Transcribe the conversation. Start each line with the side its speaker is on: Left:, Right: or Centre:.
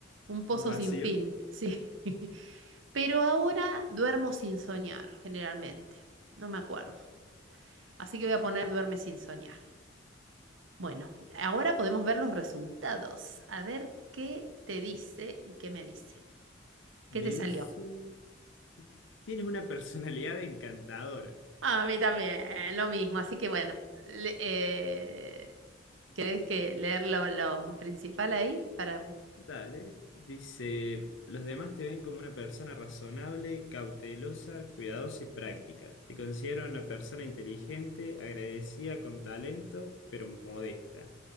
Right: un pozo
Left: un vacío.
Right: sin fin. Sí. <laughs> Pero ahora duermo sin soñar, generalmente. No me acuerdo. Así que voy a poner duerme sin soñar. Bueno, ahora podemos ver los resultados. A ver qué te dice y qué me dice. ¿Qué
Left: Me
Right: te salió?
Left: dice, tienes una personalidad encantadora.
Right: A mí también, lo mismo. Así que bueno, le- eh, ¿querés que leer lo, lo principal ahí? Para...
Left: Dale, dice, los demás te ven como una persona razonable, cautelosa, cuidadosa y práctica. Te considero una persona inteligente, agradecida, con talento, pero modesta.